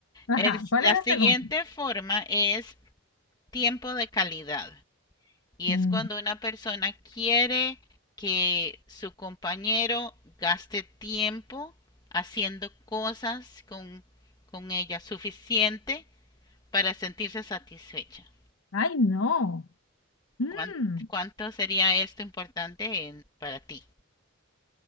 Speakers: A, on the left; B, on the left.
A: Ajá,
B: el- s-
A: ¿cuál
B: la
A: es la
B: siguiente
A: segunda?
B: forma es tiempo de calidad, y
A: Mm,
B: es cuando una persona quiere que su compañero gaste tiempo haciendo cosas con, con ella suficiente para sentirse satisfecha.
A: Ay, no. Mm,
B: ¿Cuán- ¿Cuánto sería esto importante en- para ti?